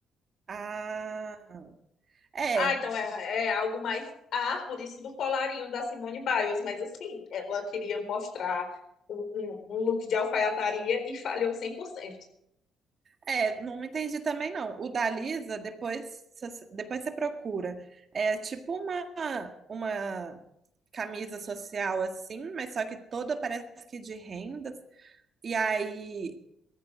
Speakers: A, on the right (about 45°); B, on the left (about 70°).
A: Ah, é,
B: Ah, então é, é algo mais. Ah, por isso do colarinho da Simone Biles. Mas assim, ela queria mostrar um, um- um look de alfaiataria e falhou 100%.
A: é, não entendi também não. O da Lisa, depois, você- depois você procura. É tipo uma, uma camisa social assim, mas só que toda parece que de rendas. E aí,